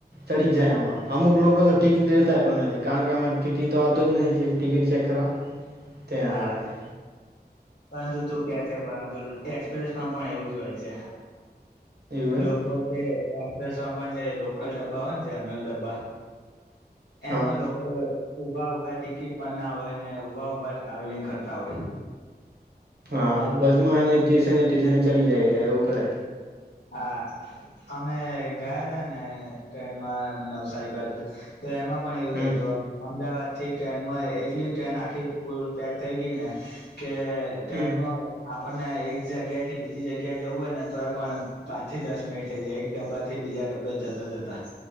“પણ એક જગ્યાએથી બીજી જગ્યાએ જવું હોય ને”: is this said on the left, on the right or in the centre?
Left